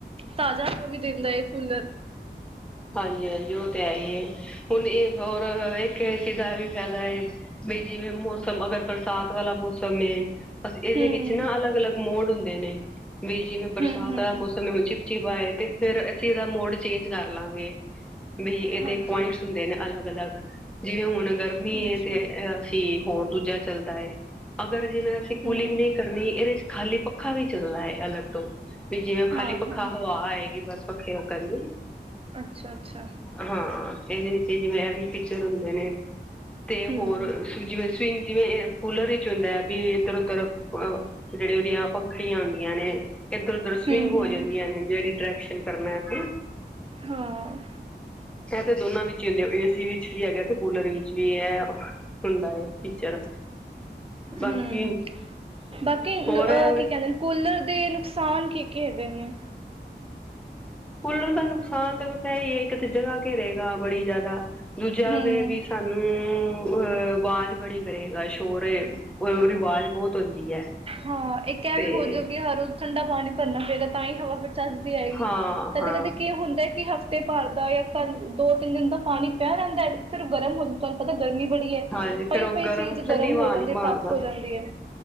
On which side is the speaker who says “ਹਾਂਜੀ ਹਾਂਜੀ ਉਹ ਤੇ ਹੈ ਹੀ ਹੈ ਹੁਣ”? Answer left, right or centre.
Centre